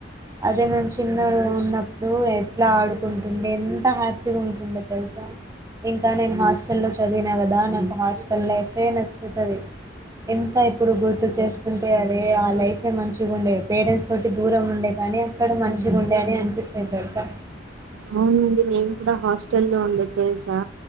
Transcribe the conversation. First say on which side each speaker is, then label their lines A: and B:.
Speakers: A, on the right; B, on the right.
A: అదే నేను చిన్నగా ఉన్నప్పుడు ఎట్లా ఆడుకుంటుండే ఎంత హ్యాపీ ఉంటుండే తెలుసా ఇంకా నేను హాస్టల్లో చదివిన గదా నాకు హాస్టల్ లైఫ్ ఏ నచ్చుతది ఎంత ఇప్పుడు గుర్తు చేసుకుంటే అదే ఆ లైఫే మంచిగా ఉండేది పేరెంట్స్ తోటి దూరం ఉండే కానీ అక్కడ మంచి గుండే అని అనిపిస్తది తెలుసా
B: అవునండి నేను కూడా హాస్టల్ లో ఉండేది తెలుసా